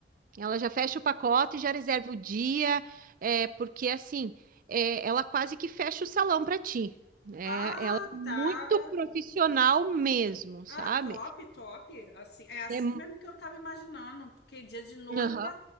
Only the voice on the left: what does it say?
Ah,
tá.
Ah, top, top. Assim, é assim
mesmo que eu estava imaginando, porque dia de noiva